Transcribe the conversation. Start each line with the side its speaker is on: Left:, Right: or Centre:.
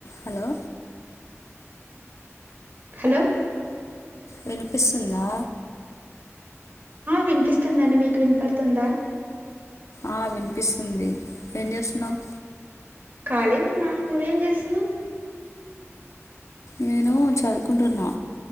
Left: Hello
Right: hello
Left: వినిపిస్తుందా
Right: వినిపిస్తుందండి మీకు వినిపడుతుంద
Left: ఆ వినిపిస్తుంది ఏం చేస్తున్నావు
Right: ఖాళీ ఉన్నా నువ్వేం చేస్తున్నావ్
Left: నేను చదువుకుంటున్నా